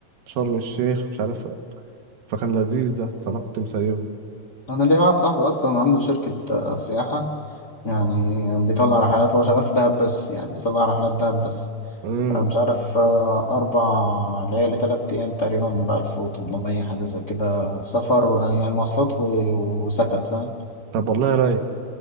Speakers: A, on the right; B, on the left.
A: شرم الشيخ مش عارف فكان لذيذ ده فانا كنت مسيبه
B: انا ليا واحد صاحبي اصلا عنده شركه آه، سياحه يعني بيطلع رحلات هو شغال في دهب بس يعني بيطلع رحلات دهب بس
A: امم
B: أنا مش عارف آه، أربع ليالي تلات أيام تقريبا بألف وتمنمية حاجة زي كده سفر و- يعني مواصلات و- وسكن فاهم
A: طب والله رايق